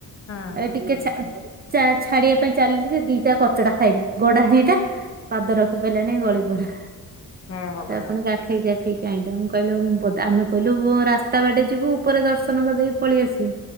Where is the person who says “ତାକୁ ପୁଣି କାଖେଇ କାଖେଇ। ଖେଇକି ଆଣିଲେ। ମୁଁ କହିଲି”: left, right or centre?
Right